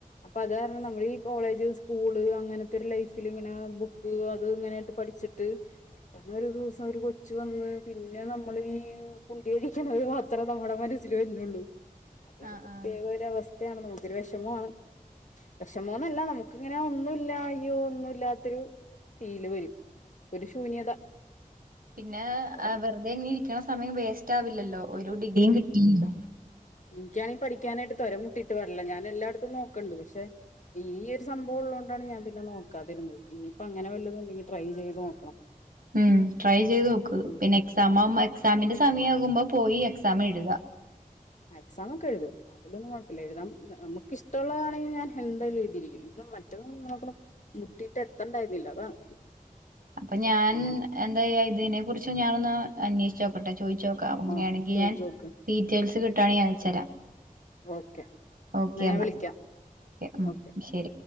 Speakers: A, on the left (about 55°); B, on the right (about 80°).
A: അപ്പൊ അത് കാരണം നമ്മളീ കോളേജ് സ്കൂള് അങ്ങനത്തൊര് ലൈഫില് ഇങ്ങനെ ബുക്ക് അത് ഇങ്ങനേട്ട് പഠിച്ചിട്ട് പെട്ടന്ന്‌ ഒരു ദിവസം ഒര് കൊച്ച് വന്ന് പിന്നെ നമ്മള് ഈ കുണ്ടി കഴി ഇപ്പള്ളത് മാത്രമേ നമ്മളെ മനസ്സിൽ വരുന്നുള്ളൂ അതൊരു
B: ആഹ്
A: പ്രത്യേക
B: ആഹ്
A: ഒരു അവസ് നമുക്കൊരു വിഷമമാണ് വിഷമോന്നല്ല നമുക്ക് ഇങ്ങനെ ഒന്നും ഇല്ലായ്യോ ഒന്നും ഇല്ലാത്തൊരു ഫീല് വരും ഒരു ശൂന്യത
B: പിന്നാ
A: അപ്പൊ
B: ആഹ് വെറുതെ ഇങ്ങനെ ഇരി ക്കണ സമയം വേസ്റ്റാവില്ലല്ലോ ഒരു ഡിഗ്രിയും കീട്ടില്ല.
A: എനിക്കാണീ പഠിക്കാനായിട്ട് തൊര മുട്ടിയിട്ട് പാടില്ല ഞാൻ എല്ലായിടത്തും നോക്കണ് ണ്ട് പക്ഷെ ഈ ഒരു സംഭവം ഉള്ളത കൊണ്ടാണ് ഞാൻ പിന്നെ നോക്കാതിരുന്നത് ഇനിയിപ്പോ അങ്ങനെ വല്ലതണ്ടെങ്കിൽ ട്രൈ ചെയ്ത് നോക്കണം
B: ഉം ട്രൈ ചെയ്തോക്ക്‌
A: ഉം
B: പിന്നെക്സാം മാവുമൊ എക്സാമിന്റെ സ് സമയ ആകുമ്പോ പോയി എക്സാം എഴുത
A: ആ എക്സാം ഒക്കെ എഴുതും അതിലൊന്നും കൊഴപ്പല്ല്യ എഴുതാം നമുക്ക്ഷ്ടള്ളാണെങ്കി ഞാൻ ഹെന്തായാലും എഴ്‌തിരിക്കും മറ്റത് ഒ ന്നും മുട്ടിയിട്ട് എത്തണ്ടായിരുന്നില്ല അതാണ്
B: അപ്പൊ ഞാൻ
A: അങ്ങനെ
B: എന്താ എഴുതിന് കുറിച്ച് ഞാനൊന്ന് അന്വേഷിച്ചോക്കട്ടെ ചോയ്ച്ച് ചോയിച്ചോക്കാം അങ്ങനെയാണെങ്കി
A: ആഹ് ചോയിച്ചോക്ക്
B: ഞാൻ ഡീറ്റെയിൽസ് കിട്ട ട്ടാണെങ്കിൽ അയച്ചരാം
A: ഓക്കെ എന്നാൽ
B: ഓക്കെ
A: ഞാൻ
B: എന്നാ
A: വിളിക്കാം
B: ഉം
A: ഓക്കെ
B: ശരി